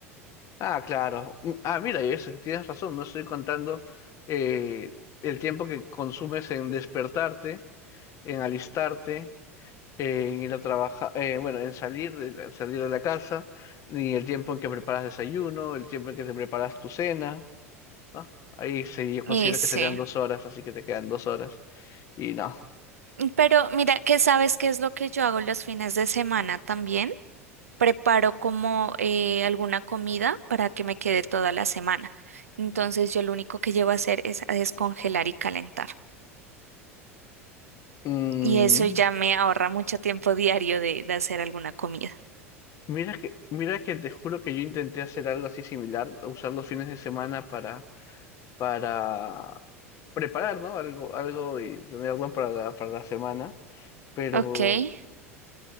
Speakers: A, on the left (about 40°); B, on the right (about 80°).
A: Ah, claro. Mm, Ah, mira, y eso, tienes razón, no estoy contando eh, el tiempo que consumes en despertarte, en alistarte, eh, en ir a trabajar, eh, bueno, en salir de la, salir de la casa, ni el tiempo en que preparas desayuno, el tiempo en que te preparas tu cena, ¿no? Ahí sí, yo considero
B: Y sí,
A: que serían dos horas, así que te quedan dos horas. Y no.
B: pero mira que sabes qué es lo que yo hago los fines de semana también. Preparo como eh, alguna comida para que me quede toda la semana. Entonces yo lo único que llevo a hacer es a descongelar y calentar.
A: Mm,
B: Y eso ya me ahorra mucho tiempo diario de, de hacer alguna comida.
A: mira que, mira que te juro que yo intenté hacer algo así similar, usar los fines de semana para, para preparar, ¿no? Algo, algo y tenerlo para la, para la semana. Pero
B: Ok. <laughs>